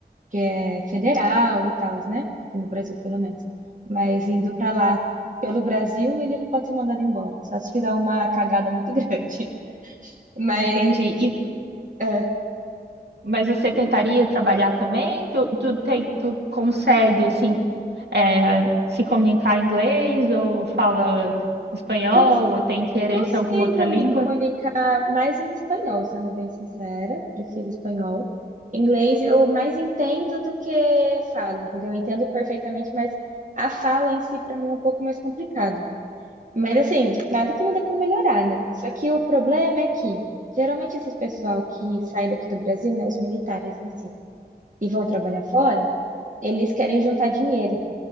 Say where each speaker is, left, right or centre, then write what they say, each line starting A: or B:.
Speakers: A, on the right (about 50°); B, on the right (about 85°).
A: que é federal e tal, né? Aqui no Brasil, pelo menos. Mas indo pra lá, pelo Brasil, ele não pode ser mandado embora, só se fizer uma cagada muito <laughs> grande. Mas,
B: Entendi. E,
A: é,
B: mas você tentaria trabalhar também? Tu, tu, tem, tu consegue, assim, é, se comunicar em inglês ou fala espanhol
A: como
B: ou tem interesse
A: Consigo
B: em alguma outra língua?
A: me comunicar mais em espanhol, sendo bem sincera, prefiro espanhol. Inglês eu mais entendo do que falo, entendeu? Eu entendo perfeitamente, mas a fala em si para mim é um pouco mais complicado. Mas assim, nada que não dê para melhorar, né? Só que o problema é que geralmente esses pessoal que saem daqui do Brasil, né, os militares em si, e vão trabalhar fora, eles querem juntar dinheiro,